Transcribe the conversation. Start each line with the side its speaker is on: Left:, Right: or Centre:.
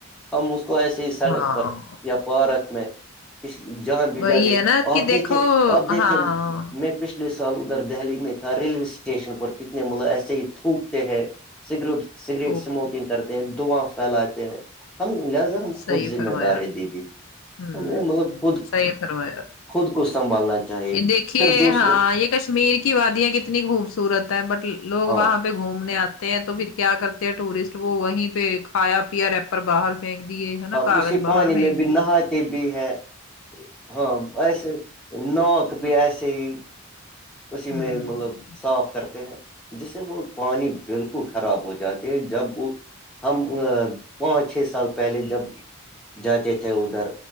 Centre: ہم اس کو ایسے ہی سڑک
Left: ہاں
Centre: پر یا پارک میں اس جہاں بھی
Left: وہی
Centre: جاتے
Left: ہے نا
Centre: آپ
Left: کہ دیکھو
Centre: دیکھے آپ دیکھے
Left: ہاں
Centre: میں پچھلے سال ادھر دہلی میں تھا ریلوے اسٹیشن پر کتنے مطلب ایسے ہی تھوکتے ہیں سگریٹ سگریٹ
Left: تھوک،
Centre: اسموکنگ کرتے ہیں دعاں پھیلاتے ہیں ہم لہذا خود
Left: صحیح
Centre: ذمہ
Left: فرمایا
Centre: دار
Left: آپ
Centre: ہے دیدی
Left: ہوں
Centre: ہم نے مطلب خود
Left: صحی فرمایا
Centre: خود کو سنبھالنا چاہیے
Left: یہ دیکھیے
Centre: پھر دوسروں
Left: ہاں یہ کشمیر کی کی وادیاں کتنی خوبصورت ہے بٹ لوگ
Centre: ہاں
Left: وہاں پہ گھوم گھومنے آتے ہیں تو پھر کیا کرتے ہیں ٹورسٹ وہ وہیں پہ کھایا پیا ریر باہر پھینک دیے ہے نا
Centre: اور
Left: کاغذ
Centre: اسی پانی
Left: باہر پھینک
Centre: میں بھی
Left: دیے
Centre: نہاتے بھی ہے ہاں ایسے ناک بھی ایسے ہی اسی
Left: ہوں
Centre: میں مطلب صاف کرتے ہیں جس سے وہ پانی بالکل خراب ہو جاتے ہے جب وہ ہم پانچ چھ سال پہلے جب جاتے تھے ادھر